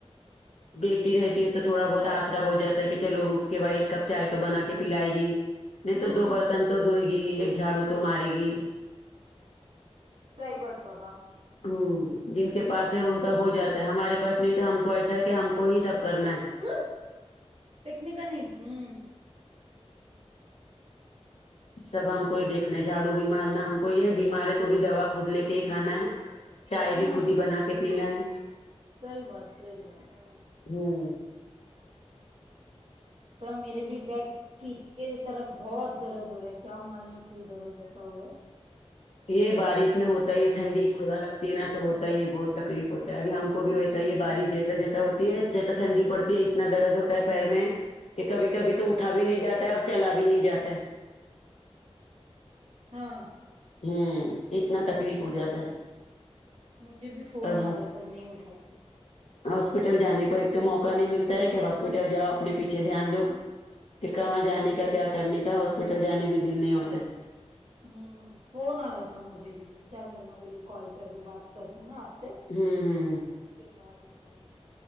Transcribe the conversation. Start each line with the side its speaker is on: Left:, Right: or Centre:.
Left: بیٹی رہتی ہے تو تھوڑا بہت آسرا ہو جاتا ہے کی چلو اٹھ کے بھائی ایک کپ چائے تو بنا کے پلائے گی نہیں
Right: ہوں
Left: تو دو برتن تو دھوئے گی ایک جھاڑو تو مارے گی
Right: سحیح بات بابا
Left: ہمم جن کے پاس ہے ان کا ہو جاتا ہے ہمارے پاس نہیں تو ہم کو ایسا ہے کہ ہم کو ہی سب کرنا ہے
Right: ہمم پھیکنے کا نہیں ہمم
Left: سب ہم کو ہی دیکھنا ہے جھاڑو بھی مارنا ہم کو ھی ہے بیمار ہے تو بھی دوا خود لے کے ہی کھانا ہے چائے بھی
Right: ہوں
Left: خود ہی بنا کے پینا ہے
Right: صحیح بات صحیح بات ہیں
Left: ہمم
Right: تھوڑا میرے بھی بیگ پیٹھ کے طرف بہت درد ہو رہا ہے کیا معلوم کیوں درد ایسا ہو رہا ہے
Left: یے بارش میں ہوتا ہی ہے ٹھنڈی ھوڑا لگتی ہے نہ تو ہوتا ہی ہے بہت تکلیف ہوتا ہے ابی ہم
Right: ہے
Left: کو بھی ویسا یے بارش جیسا جیسا ہو دھیرے جیسا ٹھنڈی پڑتی ہے اتنا درد ہوتا ہے پیر میں کی کبھی کبھی
Right: ہاں
Left: تو اٹھا بھی نہیں جا ہے اور چلا بھی نہیں جاتا ہے
Right: ہاں
Left: ہممم اتنا تکلیف ہو جاتا ہے
Right: مجھے بھی فون
Left: اور ہاس-
Right: آ رہا ہے پر نہیں اٹھاتی
Left: ہاسپٹل جانے کو ایک تو موقع نہیں ملتا ہے کہ ہاسپٹل جاؤ اپنے پیچھے دھیان دو کی کہاں جانے
Right: ہوں
Left: کا کیا کرنے کا ہاسپٹل جانے بھی دل نہیں ہوتا ہیں
Right: ہمم فون آ رہا تھا مجھے بھی جاندے میں بولی کال پے ابھی بات کر رہی ہوں نہ آپ سے
Left: ہمم ہمم
Right: کے بعد اٹھاؤں گی